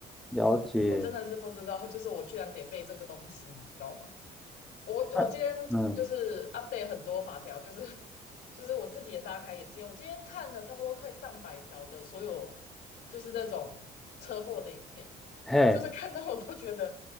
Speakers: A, in the centre; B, on the left (about 85°).
A: 了解。
B: 我真的是不知道，就是我居然得背这个东西，你知道吗？我我今天就是
A: 那嗯，
B: update 很多法条，就是 <laughs> 就是我自己也大开眼界。我今天看了差不多快上百条的所有，就是那种车祸的影片，
A: 嘿，
B: 就是看到我都觉得，